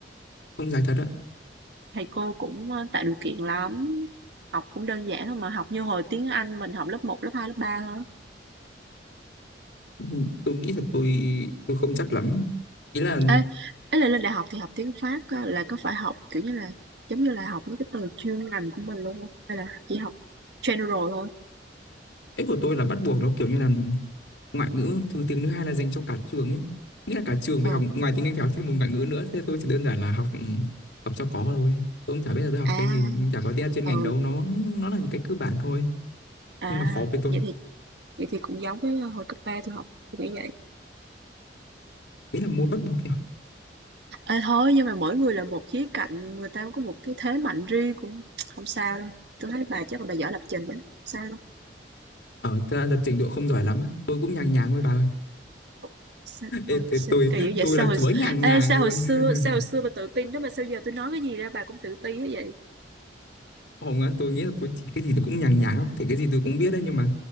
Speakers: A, on the left; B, on the right.
A: không dài thật á
B: thầy cô cũng ờ, tạo điều kiện lắm học cũng đơn giản thôi mà học như hồi tiếng Anh mình học lớp một lớp 2 lớp ba thôi
A: Ừ, tôi nghĩ thật tôi tôi không chắc lắm ý là
B: Ê, ấy là lên đại học thì học tiếng Pháp á, là có phải học kiểu như là giống như là học mấy cái từ chuyên ngành của mình luôn không hay là chỉ học general thôi
A: Cái của tôi là bắt buộc nó kiểu như là ngoại ngữ thứ tiếng thứ hai là dành cho cả trường ấy. Nghĩa là cả trường phải
B: ờ
A: học ngoài tiếng Anh phải học thêm một ngoại ngữ nữa. Thế tôi chỉ đơn giản là học ừ, học cho có thôi. Tôi cũng chả biết là tôi học cái
B: à
A: gì, chả có tiếng chuyên
B: ờ
A: ngành đâu, nó nó là những cái cơ bản thôi.
B: à
A: Nhưng mà khó với tôi.
B: vậy thì vậy thì cũng giống với hồi cấp ba tôi học tôi nghĩ
A: Ý là môn bắt buộc nhỉ.
B: Ê, thôi nhưng mà mỗi người là một khía cạnh người ta có một cái thế mạnh riêng cũng không sao đâu tôi thấy bà chắc là bà giỏi lập trình đó sao
A: Ở ta lập trình độ không giỏi lắm á. Tôi cũng nhàng nhàng thôi bà ơi.
B: đâu sao, ờ,
A: Ê, ê,
B: sao
A: tôi
B: kỳ dữ vậy
A: tôi
B: sao
A: là chúa
B: hồi,
A: nhàng
B: ê,
A: nhàng
B: sao
A: luôn.
B: hồi
A: <laughs>
B: xưa sao hồi xưa bà tự tin đó mà sao giờ tôi nói cái gì ra bà cũng tự tin thế vậy
A: không á tôi nghĩ là tôi chỉ cái gì tôi cũng nhàng nhàng á, có thể cái gì tôi cũng biết đấy nhưng mà